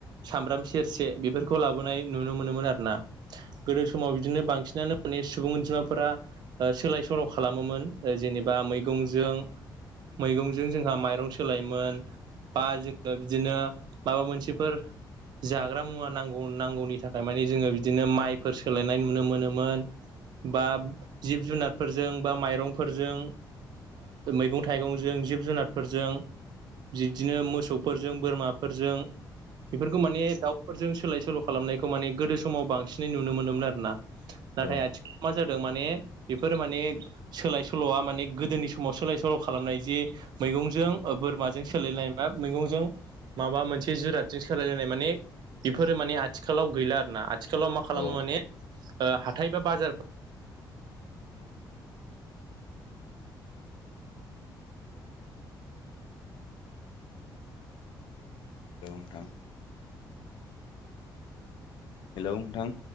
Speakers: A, on the right (about 60°); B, on the left (about 80°).
A: सामब्राम सेरसे बेफोरखौ लाबोनाय नुनो मोनोमोन आरो ना गोदो समाव बिदिनो बांसिनानो माने सुबुं अनजिमाफोरा सोलाय सोल' खालामोमोन जेनेबा मैगंजों मैगंजों जोंहा माइरं सोलायोमोन बा जोङो बिदिनो माबा मोनसेफोर जाग्रा मुवा नांगौ नांगौनि थाखाय मानि जोङो बिदिनो माइफोर सोलायनाय नुनो मोनोमोन बा जिब जुनारफोरजों बा माइरंफोरजों मैगं थाइगंजों जिब जुनारफोरजों बिदिनो मोसौफोरजों बोरमाफोरजों बेफोरखौ माने दाउफोरजों सोलाय सोल' खालामनायखौ माने गोदो समाव बांसिनै नुनो मोनोमोन आरो ना नाथाय
B: औ
A: आथिखाल मा जादों माने बेफोरो माने सोलाय सोल'आ माने गोदोनि समाव सोलाय सोल' खालामनाय जे मैगंजों ओ बोरमाजों सोलायलायनाय बा मैगंजों माबा मोनसे जिरादजों सोलायलायनाय माने बेफोरो माने आथिखालाव गैला आरो ना आथिखालाव मा खालामो
B: औ
A: माने ओ हाथाय बा बाजार
B: औ नोंथां हेलौ नोंथां